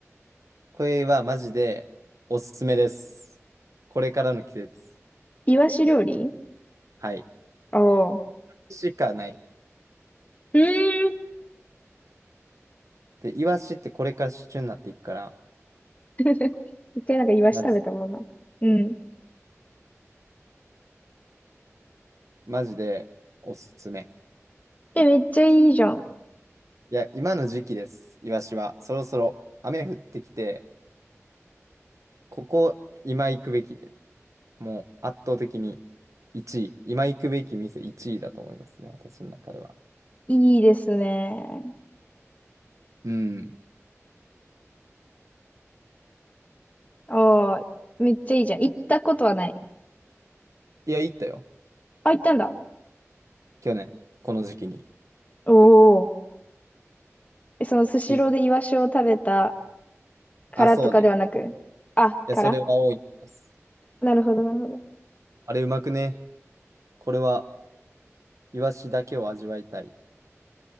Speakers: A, on the right (about 80°); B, on the left (about 30°).
A: これはマジでおすすめです。これからの季節。
B: イワシ料理
A: はい。
B: ああ。う
A: しかない。
B: ーん。
A: で、イワシってこれから旬になっていくから、
B: <laughs> 一回なんかイワシ食べたもんな。
A: 夏、
B: うん。
A: マジでおすすめ。
B: え、めっちゃいいじゃん。
A: いや、今の時期です、イワシは。そろそろ雨降ってきて、ここ、今行くべきで、もう圧倒的に1位、今行くべき店1位だと思いますね、私の中では。
B: いいですね。
A: うん。
B: ああ、めっちゃいいじゃん。行ったことはない。
A: いや、行ったよ、
B: あ、行ったんだ。
A: 去年、この時期に。
B: おお。え、そのスシローでイワシを食べた
A: び
B: からとかではなく。
A: あ、そうね。
B: あ、
A: いや、
B: から
A: それは多いです。
B: なるほど、なるほど。
A: あれ、うまくね。これは、イワシだけを味わいたい。